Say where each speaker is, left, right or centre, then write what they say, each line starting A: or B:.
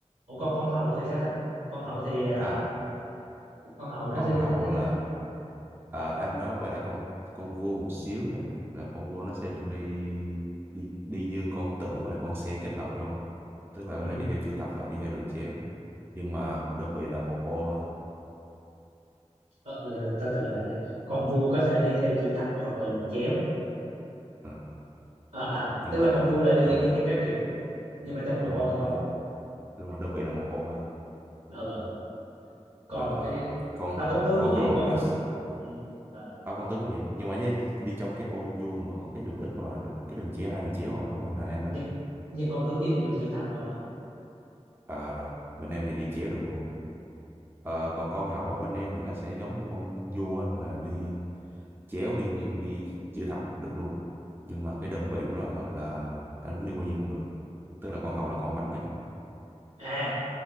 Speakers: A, on the right; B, on the right.
A: ủa còn con hậu thì sao ta con hậu thì ờ,
B: À,
A: con hầu nó
B: con
A: sẽ
B: hậu
A: đi như thế nào
B: là à, em nói quay lại con con vua một xíu nha. Là con vua nó sẽ được đi đi đi như con tượng và là con xe kết hợp luôn. Tức là có
A: ừ.
B: thể đi theo chữ thập và đi theo đường chéo. Nhưng mà đơn vị là một ô thôi.
A: ờ, là, từ từ lại nha con vua có thể đi theo chữ thập hoặc là được chéo
B: À,
A: à, à
B: nhưng
A: tức
B: mà
A: là
B: là
A: con vua là đi
B: đơn
A: đi
B: vị
A: theo các kiểu nhưng mà trong một
B: đúng
A: ô
B: rồi
A: thôi
B: một đúng rồi đơn vị là một ô thôi
A: ờ ờ. còn
B: rồi
A: cái
B: con
A: à, con tướng
B: con
A: cũng
B: hậu
A: vậy con
B: thì nó
A: tướng
B: s-
A: ừ. Ờ,
B: à, con tướng cũng vậy nhưng mà đi, đi trong cái ô vuông mà có cái đường ít mà được cái đường chéo hai đường chéo mà đúng rồi thành em
A: nhưng
B: đó
A: nhưng con tướng chỉ đi được chữ thập thôi
B: à rồi bên em thì đi chéo được luôn Ờ, còn con hậu bên em thì nó sẽ giống như con vua á, là đi chéo đi ngang- đi chữ thập được luôn nhưng mà cái đơn vị của nó là, gọi là anh muốn đi bao nhiêu cũng được tức là con hậu là con mạnh nhất
A: à